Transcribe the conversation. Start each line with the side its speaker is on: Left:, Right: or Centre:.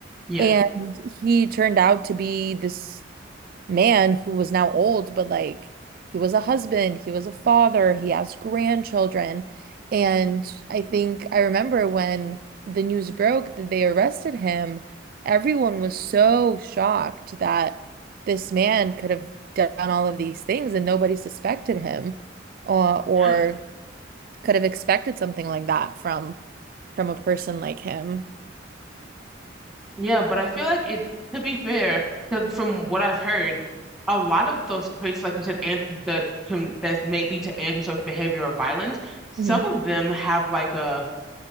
Centre: Yeah.
Right: And he turned out to be this man who was now old, but like he was a husband, he was a father, he has grandchildren. And I think I remember when the news broke that they arrested him, everyone was so shocked that this man could have done all of these things and nobody suspected him or, or
Centre: Yeah.
Right: could have expected something like that from from a person like him.
Centre: Yeah, but I feel like it, to be fair, 'cause from what I've heard, a lot of those traits, like you said, and the com that may lead to antisocial behavior or violence, some
Right: Mhm.
Centre: of them have like a